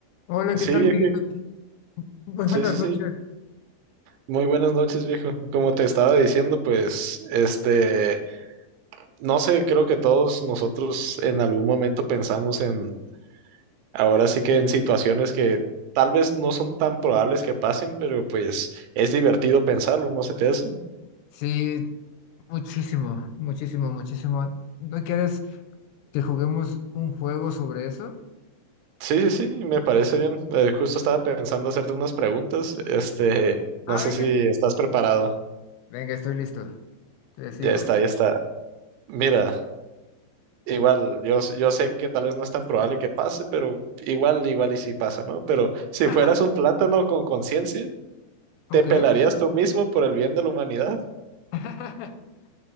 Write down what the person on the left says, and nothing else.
Hola,
¿qué tal,
Miguel? <laughs> Muy
buenas
noches.
Sí, muchísimo, muchísimo, muchísimo. ¿No quieres que juguemos un juego sobre eso?
Ah,
venga.
Venga, estoy listo. Te sigo.
<laughs>
Ok.
<laughs>